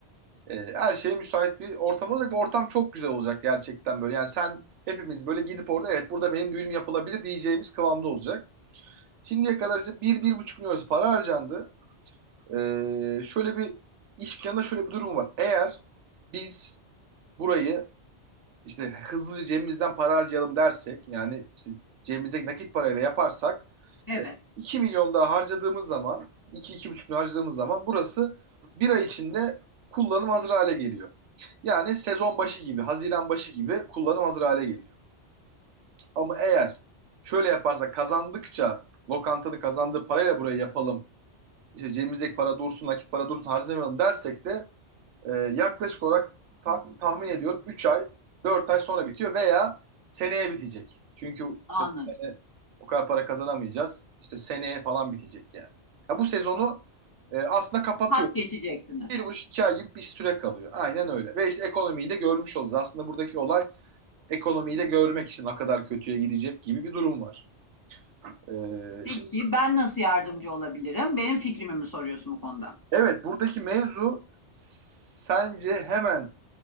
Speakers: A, on the right; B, on the left.
A: E, her şeye müsait bir ortam olacak ve ortam çok güzel olacak gerçekten böyle. Yani sen hepimiz böyle gidip orada evet burada benim düğünüm yapılabilir diyeceğimiz kıvamda olacak. Şimdiye kadar işte bir bir buçuk milyon para harcandı. Ee, şöyle bir iş planında şöyle bir durum var. Eğer biz burayı işte hızlıca cebimizden para harcayalım dersek yani işte cebimizdeki nakit parayla yaparsak
B: Evet.
A: e, 2 milyon daha harcadığımız zaman iki iki buçuk milyon harcadığımız zaman burası bir ay içinde kullanım hazır hale geliyor. Yani sezon başı gibi, Haziran başı gibi kullanım hazır hale geliyor. Ama eğer şöyle yaparsak kazandıkça lokantanın kazandığı parayla burayı yapalım, işte cebimizdeki para dursun, nakit para dursun harcamayalım dersek de e, yaklaşık olarak ta- tahmin ediyorum 3 ay, 4 ay sonra bitiyor veya seneye bitecek. Çünkü
B: Anladım.
A: işte bu sene o kadar para kazanamayacağız. İşte seneye falan bitecek yani. Ya bu sezonu e, aslında kapatıyoruz.
B: Pas geçeceksiniz.
A: Bir buçuk iki ay gibi bir süre kalıyor. Aynen öyle. Ve işte ekonomiyi de görmüş oluruz. Aslında buradaki olay ekonomiyi de görmek için ne kadar kötüye gidecek gibi bir durum var. E,
B: Peki
A: şimdi
B: ben nasıl yardımcı olabilirim? Benim fikrimi mi soruyorsun bu konuda?
A: evet buradaki mevzu sence hemen